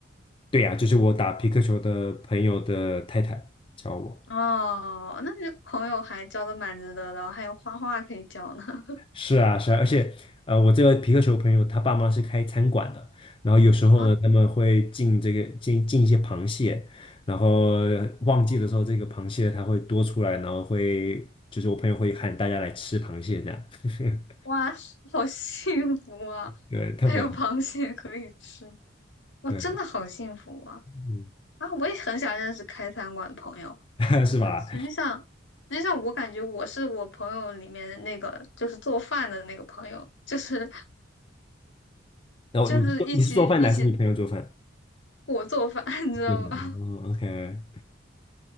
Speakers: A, on the left; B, on the left.
A: 对呀、就是我打皮克球的朋友的太太教我。
B: 哦，那你这个朋友还交的蛮值得的哦还有画画可以交呢。<laughs>
A: 是啊，是啊，而且，呃，我这个皮克球朋友他爸妈是开餐馆的，然后有时候呢，
B: 啊，
A: 他们会进这个进进一些螃蟹，然后旺季的时候，这个螃蟹它会多出来，然后会就是我朋友会喊大家来吃螃蟹这样，<laughs>
B: 哇，好幸福啊！
A: 对，特别好，
B: 还有螃蟹可以吃，我真的好幸福啊！
A: 对，嗯，
B: 啊，我也很想认识开餐馆的朋友，
A: <laughs> 是吧？
B: 但是实际上，实际上我感觉我是我朋友里面的那个就是做饭的那个朋友，就是
A: 然后你是做你是做饭的还是你朋友做饭？
B: 就是一起一起我做饭，<laughs> 你知道吧？
A: 做饭，哦，OK，